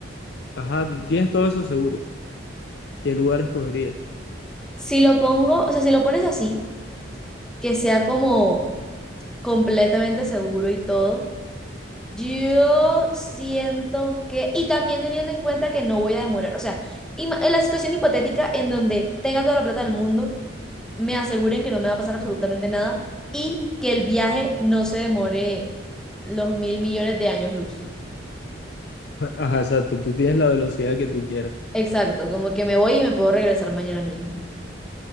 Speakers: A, on the left; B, in the centre.
A: Ajá, tienes todo eso seguro. ¿Qué lugar escogerías?
B: Si lo pongo, o sea, si lo pones así, que sea como completamente seguro y todo, yo siento que, y también teniendo en cuenta que no voy a demorar, o sea, ima- en la situación hipotética en donde tenga toda la plata del mundo, me aseguren que no me va a pasar absolutamente nada y que el viaje no se demore los mil millones de años luz.
A: <laughs> Ajá, exacto, tú tienes la velocidad que tú quieras.
B: Exacto, como que me voy y me puedo regresar mañana mismo.